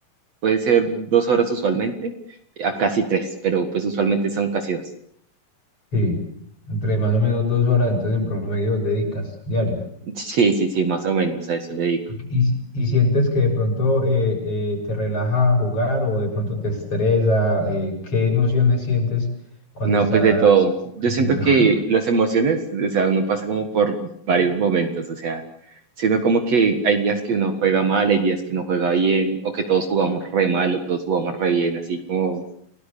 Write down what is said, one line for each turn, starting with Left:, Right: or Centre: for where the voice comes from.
Right: puede ser dos horas usualmente, a casi tres, pero pues usualmente son casi dos.
Left: Sí, entre más o menos dos horas, entonces en promedio dedicas diarios.
Right: Sí, sí, sí, más o menos a eso le digo.
Left: ¿Y, si- y sientes que de pronto eh, eh, te relaja jugar o de pronto te estresa? Eh, ¿qué emociones sientes cuando
Right: No,
Left: estás
Right: pues de todo. Yo
Left: haciendo
Right: siento que las emociones, o sea, uno pasa como por varios momentos, o sea, sino como que hay días que uno juega mal, hay días que uno juega bien, o que todos jugamos re mal, o todos jugamos re bien, así como,